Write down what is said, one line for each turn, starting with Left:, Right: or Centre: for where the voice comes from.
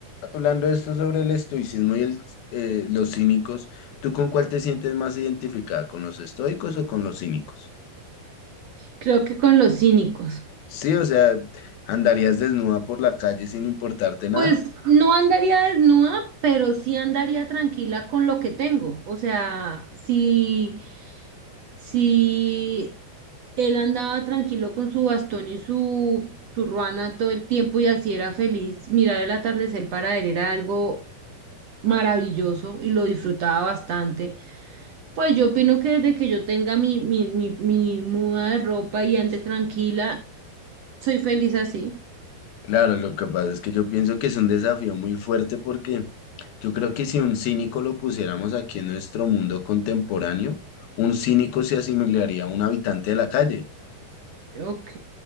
Left: hablando de esto sobre el estoicismo y el, eh, los cínicos, ¿tú con cuál te sientes más identificada? ¿Con los estoicos o con los cínicos?
Right: Creo que con los cínicos.
Left: Sí, o sea, andarías desnuda por la calle sin importarte
Right: Pues
Left: nada.
Right: no andaría desnuda, pero sí andaría tranquila con lo que tengo. O sea, si, si él andaba tranquilo con su bastón y su, su ruana todo el tiempo y así era feliz, mirar el atardecer para él era algo maravilloso y lo disfrutaba bastante. Pues yo opino que desde que yo tenga mi, mi, mi, mi muda de ropa y ande tranquila, soy feliz así.
Left: Claro, lo que pasa es que yo pienso que es un desafío muy fuerte porque yo creo que si un cínico lo pusiéramos aquí en nuestro mundo contemporáneo, un cínico se asimilaría a un habitante de la calle.
Right: Ok.